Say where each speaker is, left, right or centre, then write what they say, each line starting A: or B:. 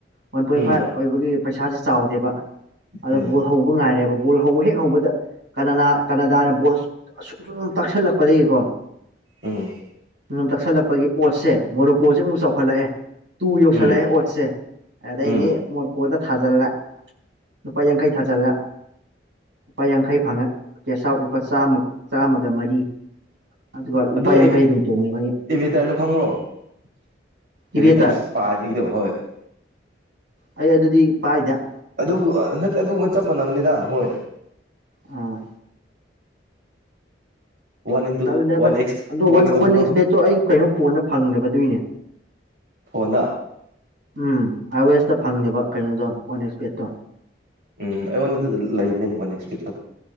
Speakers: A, on the right; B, on the right.
A: ꯋꯥꯟ ꯄꯣꯏꯟ
B: ꯎꯝ
A: ꯐꯥꯏꯚ ꯑꯣꯏꯕꯒꯤ ꯄꯩꯁꯥꯥ ꯆꯥꯎꯗꯦꯕ ꯑꯗꯣ
B: ꯎꯝ
A: ꯕꯣꯜ ꯍꯧꯕ ꯉꯥꯏꯔꯦꯕ ꯕꯣꯜ ꯍꯧꯕ ꯍꯦꯛ ꯍꯧꯕꯗ ꯀꯅꯅꯥ-ꯀꯅꯥꯗꯥꯅ ꯕꯣꯜ ꯑꯁꯨꯝ ꯁꯨꯝ ꯇꯛꯁꯜꯂꯛꯄꯗꯒꯤꯀꯣ
B: ꯎꯝ
A: ꯁꯝ ꯆꯁꯜꯂꯛꯄꯒꯤ ꯑꯣꯠꯁꯦ ꯃꯣꯔꯣꯀꯣꯁꯦ ꯑꯃꯨꯛ ꯆꯥꯎꯈꯠꯂꯛꯑꯦ ꯇꯨ ꯌꯧꯁꯜꯂꯛꯑꯦ
B: ꯎꯝ
A: ꯑꯣꯠꯁꯦ ꯑꯗꯩꯗꯤ
B: ꯎꯝ
A: ꯃꯣꯔꯀꯣꯗ ꯊꯥꯖꯤꯜꯂꯦ ꯂꯨꯄꯥ ꯌꯥꯡꯈꯩ ꯊꯥꯖꯤꯜꯂꯦ ꯂꯨꯄꯥ ꯌꯥꯡꯈꯩ ꯐꯪꯉꯦ ꯀꯦꯁ ꯑꯥꯎꯠ ꯂꯨꯄꯥ ꯆꯥꯃ-ꯆꯥꯝꯃꯒ ꯃꯔꯤ ꯑꯗꯨꯒ ꯂꯨꯄꯥ
B: ꯑꯗꯨ
A: ꯌꯥꯡꯈꯩ ꯑꯗꯨꯝ ꯇꯣꯡꯉꯦꯕ ꯑꯩ
B: ꯏꯕꯦꯇꯔꯗꯨꯣ ꯈꯪꯕ꯭ꯔꯣ <unintelligible>
A: ꯏꯕꯦꯇꯔ
B: ꯚꯗꯔ ꯄꯥꯕꯤꯗ ꯍꯣꯏ <unintelligible>
A: ꯑꯩ ꯑꯗꯨꯗꯤ ꯄꯥꯏꯗꯦ
B: ꯑꯗꯨꯕꯨ ꯅ ꯑꯗꯨꯒ ꯑꯃ ꯆꯞ ꯃꯥꯟꯅꯕꯅꯤꯗ ꯍꯣꯏ
A: ꯑꯥ
B: ꯋꯥꯟ ꯏꯟꯇꯨ
A: ꯆ ꯑ
B: ꯋꯥꯟ ꯑꯦꯛꯁ ꯇꯨ ꯑꯦꯛꯁ ꯇꯧꯕꯗꯣ
A: ꯋꯥꯟ ꯅꯁ ꯕꯦꯗꯠꯇꯣ ꯑꯩ ꯀꯩꯅꯣ ꯄꯣꯏꯟꯠ ꯐꯪꯗꯕꯗꯨꯏꯅꯦ
B: ꯐꯣꯟꯅꯗ
A: ꯎꯝ ꯑꯥꯏ ꯑꯣ ꯑꯦꯁꯇ ꯐꯪꯗꯕ ꯀꯩꯅꯣꯗꯣ ꯋꯥꯟ ꯑꯦꯛꯁ ꯄꯦꯠꯇꯣ
B: ꯎꯝ ꯑꯩꯉꯣꯟꯗꯗꯤ ꯂꯩꯕꯅꯦ ꯋꯥ ꯅꯦꯛꯁ ꯋꯤꯛꯇꯣ <unintelligible>